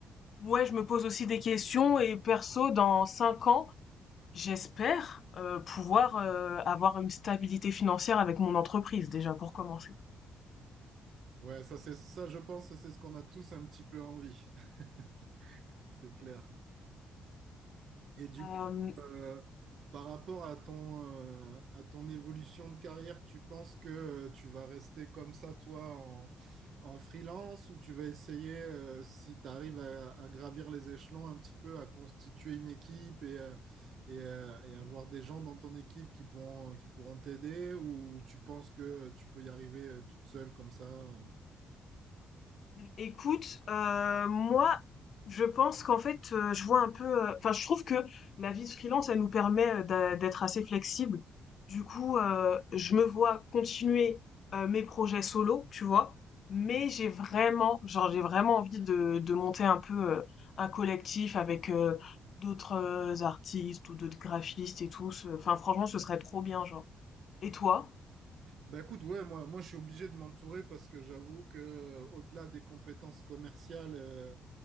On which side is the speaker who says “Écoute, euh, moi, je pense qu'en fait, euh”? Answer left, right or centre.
Left